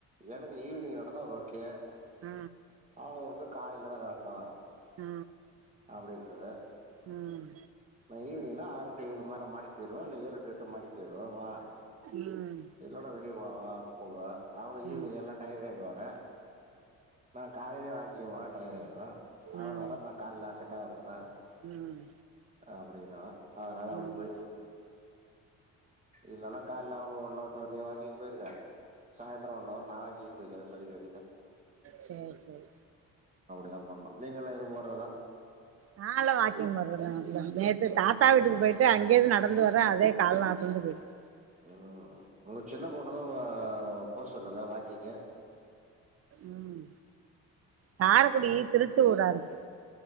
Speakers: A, on the right; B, on the right.
A: எனக்கு ஈவினிங் நடந்தா ஓகே
B: அ
A: அவுங்களுக்கு காலையில தா நடக்கணோ
B: அ
A: அப்புடின்றத
B: உம்
A: நா ஈவினிங்னா ஆறு டு ஏழு மேல மாடிக்கு போய்டுவே இல்ல ஏழு எட்டு மாடிக்கு போய்டுவே வா
B: ம்
A: இல்லனா வெளிய போலா வா கூப்டுவா அவுங்க ஈவினிங்
B: ம்
A: எல்லா டையர்டாயிடுவாங்க நா காலையிலே வாக்கிங் போனா டயர்டு ஆயிடுவே அதனால
B: ம்
A: நா கால்ல செட் ஆவாறல்லல
B: ம்
A: அப்டீனுவ அதனால அப்புடி
B: ம்
A: போயிடுது இல்லன்னா கால்ல அவுங்க ஒண்ணவர் இப்போ நீ வாக்கிங் போயிருக்க சாய்ந்திரோ ஒன்னவர் நா வாக்கிங் போய்கிரேனு சொல்லிக்க வேண்டியதுதா
B: சேரி சேரி
A: நம் பண்ணு நீங்களா எங்யோ போறதா இல்ல
B: நாலா வாக்கிங் போறது நேத்து தாத்தா
A: ம்.
B: வீட்டுக்கு போயிட்டு அங்கே இருந்து நடந்து வரே அதே கால்லா அசந்துபோய்ட்டு
A: ஓ ஓ உங்க சின்ன பொண்ணதா போ சொல்லுங்க வாக்கிங்கு
B: ம் காரக்குடி திருட்டு ஊரா இருக்கு